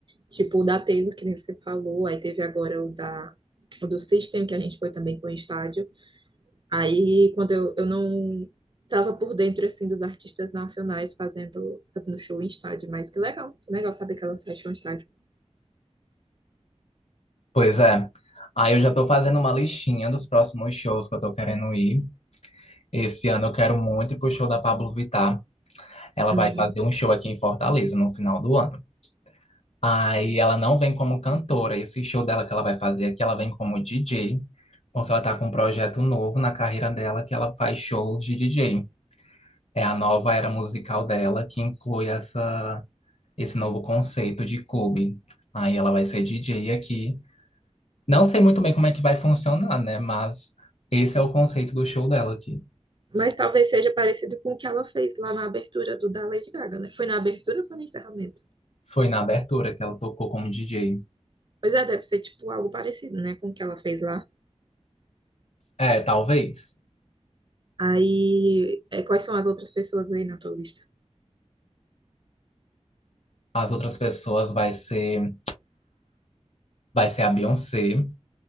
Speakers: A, on the right; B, on the left.
A: Tipo o da Taylor, que nem você falou, aí teve agora o da o do System, que a gente foi também com o estádio. Aí, quando eu, eu não estava por dentro, assim, dos artistas nacionais fazendo, fazendo show em estádio, mas que legal, legal saber que ela faz show em estádio.
B: Pois é. Aí eu já tô fazendo uma listinha dos próximos shows que eu tô querendo ir. Esse ano eu quero muito ir pro show da Pablo Vittar. Ela
A: Hum.
B: vai fazer um show aqui em Fortaleza no final do ano. Aí ela não vem como cantora. Esse show dela que ela vai fazer aqui, ela vem como DJ, porque ela tá com um projeto novo na carreira dela que ela faz shows de DJ. É a nova era musical dela que inclui essa, esse novo conceito de clube. Aí ela vai ser DJ aqui. Não sei muito bem como é que vai funcionar, né? Mas esse é o conceito do show dela aqui.
A: Mas talvez seja parecido com o que ela fez lá na abertura do da Lady Gaga, né? Foi na abertura ou foi no encerramento?
B: Foi na abertura que ela tocou como DJ.
A: Pois é, deve ser, tipo, algo parecido, né, com o que ela fez lá.
B: É, talvez.
A: Aí, é, quais são as outras pessoas aí na tua lista?
B: As outras pessoas vai ser, vai ser a Beyoncé,